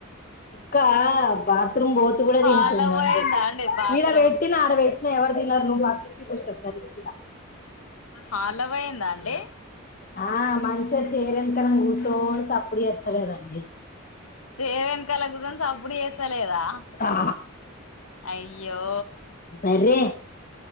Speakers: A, on the left (about 40°); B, on the left (about 80°).
A: కుక్క బాత్రూమ్ బోతు కూడా
B: హాల్లో
A: తింటుందండి
B: పోయిందా అండి బాత్రూమ్
A: ఈడ వేట్ వెయితు ఎవరి దినన్నారు ను బాస్సి పలా
B: హాలవయిందా అండి
A: ఆ మంచ చ ఏరంకనం గూసం అప్పుడ ఎతలేదండి
B: సెవెన్ కల గుజం అప్పుడు చేసలేదా
A: ఆ
B: అయ్యో
A: బర్రే